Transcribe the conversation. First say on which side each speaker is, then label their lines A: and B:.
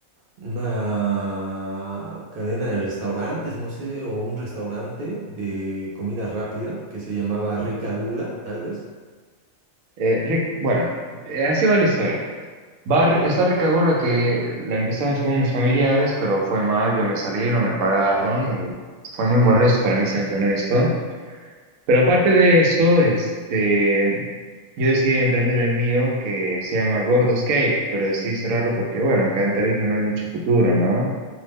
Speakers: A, on the right; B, on the right.
A: una cadena de restaurantes, no sé, o un restaurante de comida rápida que se llamaba Rica Gula, tal vez.
B: Eh, Rick, bueno, eh, así va la historia. Va, Ri- está Rica Gola que la empezamos con unos familiares, pero fue mal, yo me salí, no me pagaron, y fue muy molesto para mí, siendo honesto. Pero aparte de eso, este, yo decidí emprender el mío que se llama Gordos Cave, pero decidí cerrarlo porque, bueno, acá en Tarija no hay mucho futuro, ¿no?